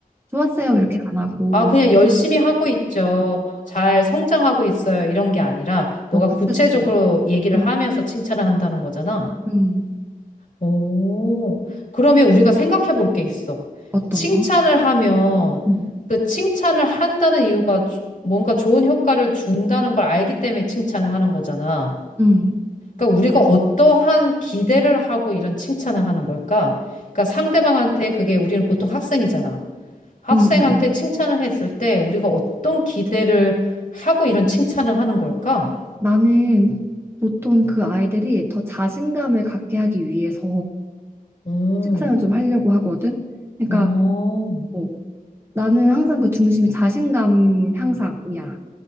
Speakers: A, on the right; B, on the left.
A: 좋았어요, 이렇게 안 하고,
B: 아, 그냥 열심히 하고 있죠. 뭐, 잘 성장하고 있어요. 이런 게 아니라,
A: 어,
B: 너가
A: 구체적으로.
B: 구체적으로 얘기를
A: 음,
B: 하면서 칭찬을 한다는 거잖아.
A: 음.
B: 오, 그러면 우리가 생각해 볼 게 있어.
A: 어떤
B: 칭찬을
A: 거?
B: 하면,
A: 음,
B: 그 칭찬을 한다는 이유가 주- 뭔가 좋은 효과를 준다는 걸 알기 때문에 칭찬을 하는 거잖아.
A: 음,
B: 그러니까 우리가 어떠한 기대를 하고 이런 칭찬을 하는 걸까? 그러니까 상대방한테 그게 우리는 보통 학생이잖아. 학생한테
A: 음, 음. 음.
B: 칭찬을 했을 때 우리가 어떤 기대를 하고 이런 칭찬을 하는 걸까?
A: 나는 보통 그 아이들이 더 자신감을 갖게 하기 위해서
B: 음,
A: 칭찬을 좀 하려고 하거든? 그러니까,
B: 어.
A: 어, 나는 항상 그 중심이 자신감 향상이야.